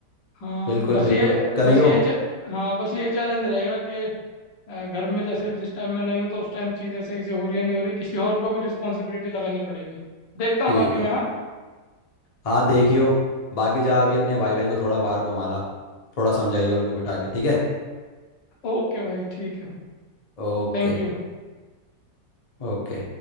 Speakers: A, on the left; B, on the left.
A: हाँ
B: बिल्कुल
A: बस
B: बिल्कुल
A: ये
B: करियो
A: बस यही च- हाँ बस यही चैलेंज रहेगा कि अ, घर में जैसे जिस टाइम मैं नहीं हूँ तो उस टाइम चीज़ें सही से हो रही है नहीं हो रही किसी और को भी रिस्पॉन्सिबिलिटी लगानी पड़ेगी देखता हूँ
B: ठीक
A: बाकी
B: है
A: मैं हाँ
B: हाँ देखियो बाकी जा अभी अपने भाई बहन को थोड़ा बाहर घुमा ला थोड़ा समझाइए उनको बिठा के ठीक है
A: ओके भाई ठीक है
B: ओके
A: Thank you
B: ओके